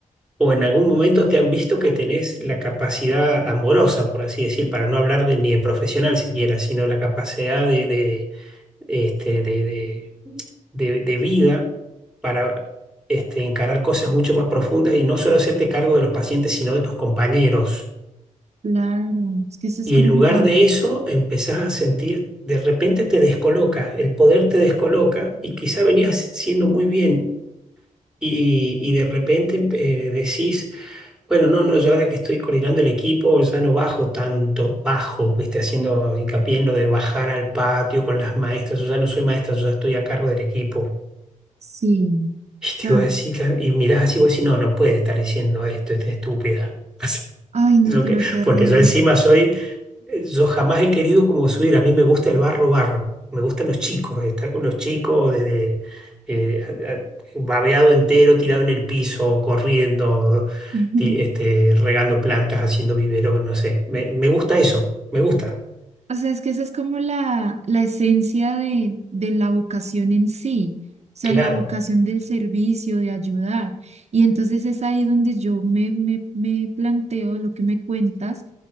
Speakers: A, in the centre; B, on the right.
A: o en algún momento te han visto que tenés la capacidad amorosa, por así decir, para no hablar de, ni de profesional siquiera, sino la capacidad de de- este, de, de de, de vida para este, encarar cosas mucho más profundas y no solo hacerte cargo de los pacientes, sino de tus compañeros.
B: claro, es que eso es
A: Y
B: complicado.
A: en lugar de eso, empezás a sentir, de repente te descoloca, el poder te descoloca y quizá venías siendo muy bien y, y de repente eh, decís, bueno, no, no, yo ahora que estoy coordinando el equipo ya no bajo tanto, bajo, viste, haciendo hincapié en lo de bajar al patio con las maestras, yo ya no soy maestra, yo ya estoy a cargo del equipo.
B: Sí,
A: Y te
B: ya.
A: iba a decir, la- y mirás así, vos decís, no, no puede estar diciendo esto, esta estúpida. <laughs> Así,
B: Ay, no,
A: yo
B: pero
A: que-
B: terrible.
A: porque yo encima soy, eh, yo jamás he querido como subir, a mí me gusta el barro, barro, me gustan los chicos, estar con los chicos desde eh, a- a- babeado entero, tirado en el piso, corriendo,
B: <laughs> Ujú.
A: ti- este, regando plantas, haciendo viveros, no sé, me, me gusta eso, me gusta,
B: O sea, es que esa es como la, la esencia de, de la vocación en sí. O sea,
A: claro.
B: la vocación del servicio, de ayudar. Y entonces es ahí donde yo me, me, me planteo lo que me cuentas